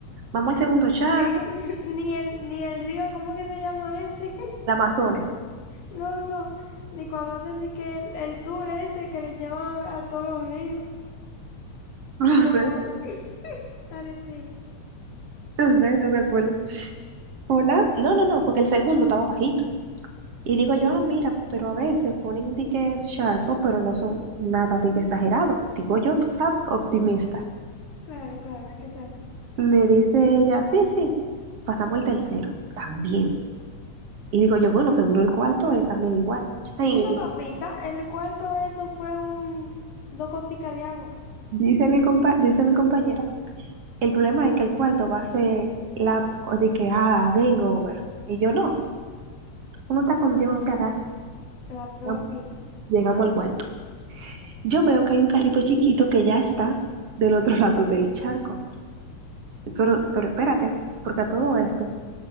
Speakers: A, on the right; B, on the left.
A: Vamos al segundo charco,
B: Es que <laughs> ni el, ni el río, ¿cómo es que se llama este? <laughs>
A: la Amazonia.
B: No, no, ni cuando hacen de que el, el tour ese que les llevan a, a todos los ríos,
A: <laughs> No
B: por
A: sé,
B: ahí. <laughs> Dale, sí.
A: no sé, no me acuerdo. Hola. No, no, no, porque el segundo estaba bajito. Y digo yo, ah, mira, pero a veces ponen de que charco, pero no son nada de que exagerado. Digo yo, tú sabes, optimista.
B: Claro, claro, hay que sea así.
A: Me dice ella, sí, sí, pasamos el tercero, también. Y digo yo, bueno, seguro el cuarto es también igual. Ay,
B: Una
A: no.
B: papita, el cuarto eso fue un dos goticas de agua.
A: dice mi compa- dice mi compañera, el problema es que el cuarto va a ser la de que, ah, game over. Y yo, no, uno está contigo, no se agarra.
B: La prueba
A: Vamos.
B: final.
A: Llegamos al cuarto. Yo veo que hay un carrito chiquito que ya está del otro <laughs> lado del charco. Pero, pero espérate, porque a todo esto,